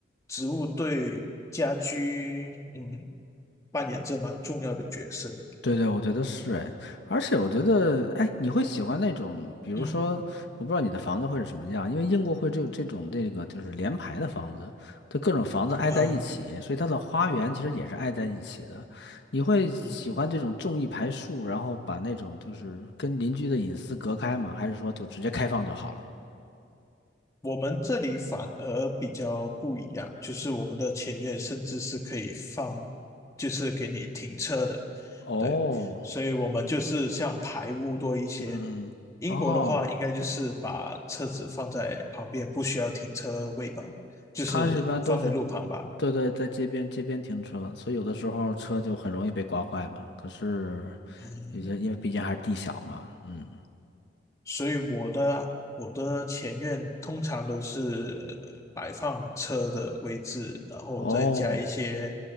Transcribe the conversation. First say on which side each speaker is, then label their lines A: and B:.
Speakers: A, on the left (about 15°); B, on the left (about 65°).
A: 植物对家居，嗯，扮演着蛮重要的角色的。
B: 对对，我觉得是哎，而且我觉得哎，你会喜欢那种，比如说，
A: 嗯，
B: 我不知道你的房子会是什么样，因为英国会这这种这个就是连排的房子，就各种房子挨在一起，
A: 呃，
B: 所以它的花园其实也是挨在一起的。你会喜欢这种种一排树，
A: 嗯。
B: 然后把那种就是跟邻居的隐私隔开吗？还是说就直接开放就好了？
A: 我们这里反而比较不一样，就是我们的前院甚至是可以放，就是给你停车的，
B: 哦，
A: 对，所以我们就是像排污多一些。
B: 嗯嗯，
A: 英国的话，
B: 哦。
A: 应该就是把车子放在旁边，不需要停车位吧，就是放在路旁吧。
B: 它一般都是，对对，在街边街边停车，所以有的时候车就很容易被刮坏嘛。
A: 嗯
B: 可是
A: 嗯，
B: 有些因为毕竟还是地小嘛，嗯，
A: 所以我的我的前院通常都是呃摆放车的位置，然后再加一些，
B: 哦